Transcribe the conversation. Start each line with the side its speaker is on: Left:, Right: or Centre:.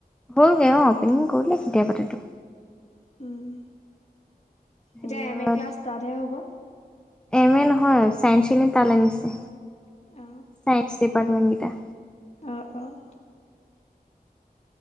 Centre: হ'লগে অঁ অপেনিং কৰিলে কেতিয়াবাতেটো।
Left: উম
Centre: হেয়ত
Left: এতিয়া এম এ ক্লাছ তাতহে হ'ব।
Centre: এম এ নহয়, চাইন্স খিনি তালে নিছে।
Left: অ
Centre: চাইন্স ডিপাৰ্মেণ্ট গিটা।
Left: অঁ অঁ'।